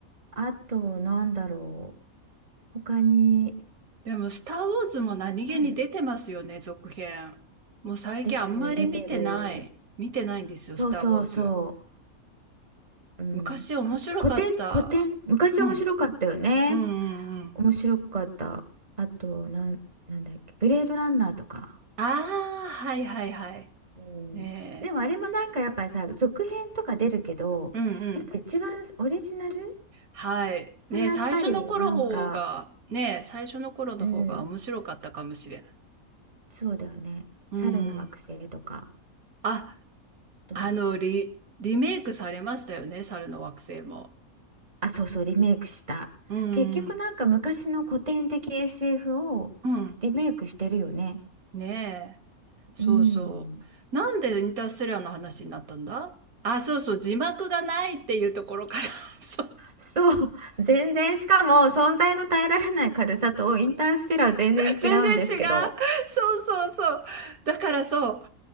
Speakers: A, on the right; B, on the right.
A: あと、なんだろう。他に、
B: でも、スター・ウォーズも何気に出てますよね、
A: いっぱいある。
B: 続編。もう最近あんまり見てない。
A: 出てる、出てる。
B: 見てないんですよ、
A: そうそうそ
B: スター・ウォーズ。
A: う。うん。
B: 昔面白かった。
A: あと、古典、古典。昔面白かったよね。
B: うん。うんうんうん。
A: 面白かった。あと、なん、なんだっけ。ブレードランナーとか。
B: ああ、はいはいはい。
A: うん。
B: ね
A: でも、あれもなんかやっぱりさ、続編とか出るけど、
B: え。うんうん。
A: やっぱ一番オリジナル
B: はい。ねえ、
A: はやっぱりなんか、
B: 最初の頃方が、ねえ、最初の頃の方が面白かったかもしれない。
A: うん、そうだよね。
B: うんうん。
A: 猿の惑星とか。
B: あ、
A: と、
B: あの、リ、リメイクされましたよね、猿の惑星も。
A: あ、そうそう、リメイクした。
B: うんうん。
A: 結局なんか昔の古典的 SF をリメイクしてるよね。
B: うん。ねえ。そうそう。
A: うん。
B: なんでインターステラーの話になったんだあ、そうそう、字幕がないっていうところから <laughs> そう
A: そう。<laughs> 全然、しかも存在の耐えられない軽さとインターステラー全然違うんですけど。
B: <laughs> 全然違う。そうそうそう。だからそう、